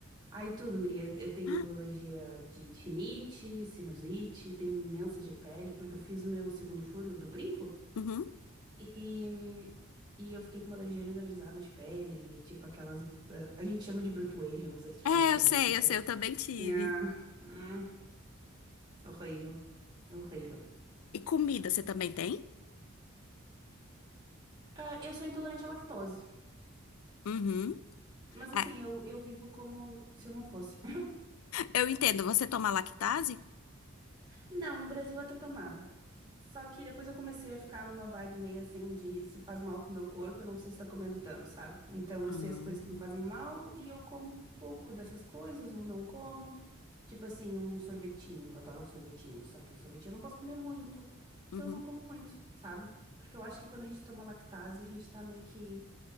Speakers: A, on the right; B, on the left.
A: Aí tudo, guria. Eu tenho
B: Ah,
A: alergia de rinite, sinusite, tenho imensas de pele, porque eu fiz o meu segundo furo do brinco.
B: Uhum.
A: E, e eu fiquei com uma alergia generalizada de pele, tipo aquelas. eh, A gente chama de brotoeja, não sei se tu
B: É,
A: chama também
B: eu sei,
A: isso, aquelas.
B: eu sei, eu também tive.
A: Ah, hum, horrível. Horrível.
B: E comida, você também tem?
A: Ah, eu sou intolerante à lactose,
B: Uhum.
A: mas assim,
B: É,
A: eu, eu vivo como se eu não fosse.
B: Eu entendo, você toma lactase?
A: Não, no Brasil eu até tomava. Só que depois eu comecei a ficar numa vibe meio assim de se faz mal pro meu corpo, eu não preciso estar comendo tanto, sabe? Então eu
B: Ah,
A: sei
B: uhum,
A: as coisas que me fazem mal e eu como pouco dessas coisas ou não como. Tipo assim, um sorvetinho, eu adoro um sorvetinho, só que um sorvetinho eu não posso comer muito, então
B: uhum.
A: eu não como muito, sabe? Porque eu acho que quando a gente toma lactase, a gente tá meio que,